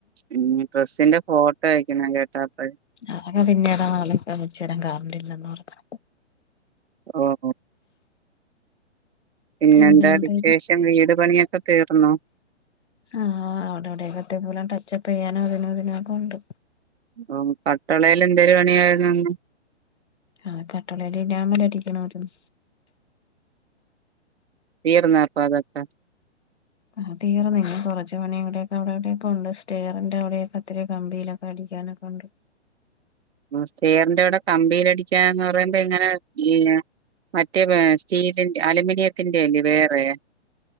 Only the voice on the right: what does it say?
പിന്നെ ഡ്രസ്സിന്റെ ഫോട്ടോ അയിക്കണം കേട്ടോ അപ്പോഴേ.
ഓഹ് പിന്നെന്താ
വിശേഷം വീട് പണിയൊക്കെ തീർന്നോ?
ഓഹ് കട്ള എന്തൊരു പണിയായിരുന്നു എന്ന്.
തീർന്നോ അപ്പൊ അതൊക്കെ?
നമ്മള് സ്റ്റിയറിന്റെ അവിടെ കമ്പിയിലടിക്കാന്ന് പറയുമ്പോ ഇങ്ങനെ ഈ. മറ്റേ വേ സ്റ്റീലിലിന്റെ അലുമിനിയത്തിന്റെ അല്ലേ വേറെ.